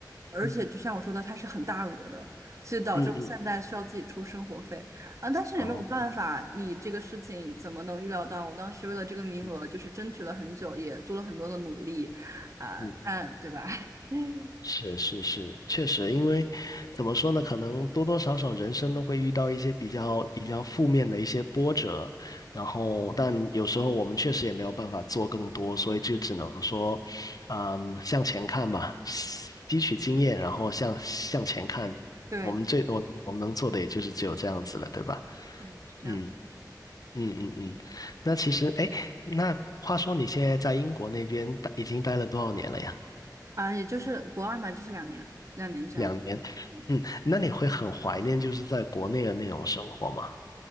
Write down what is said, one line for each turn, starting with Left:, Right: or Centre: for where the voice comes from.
Right: 而且就像我说的，
Left: 嗯
Right: 它是很大额的，所以导致我现在需要自己出生活费啊。
Left: 嗯嗯，
Right: 但是也没有办法，
Left: 哦，
Right: 你这个事情怎么能预料到？我当时为了这个名额，
Left: 嗯
Right: 就是争取了很久，也做了很多的努力啊，
Left: 嗯，
Right: 但对吧？<laughs> 嗯
Left: 是是是，确实，因为怎么说呢，可能多多少少人生都会遇到一些比较比较负面的一些波折，然后但有时候我们确实也没有办法做更多，所以就只能说，嗯，向前看吧，吸取经验，然后向向前看，
Right: 对，
Left: 我们最多我们能做的也就是只有这样子了，对吧？
Right: 嗯，是这样
Left: 嗯。嗯嗯嗯，那其实，哎，那话说你现在在英国那边待已经待了多少年了呀？
Right: 啊，也就是博二嘛，就是两年，两年这样。
Left: 两年。
Right: 嗯
Left: 嗯，那你会很怀念就是在国内的那种生活吗？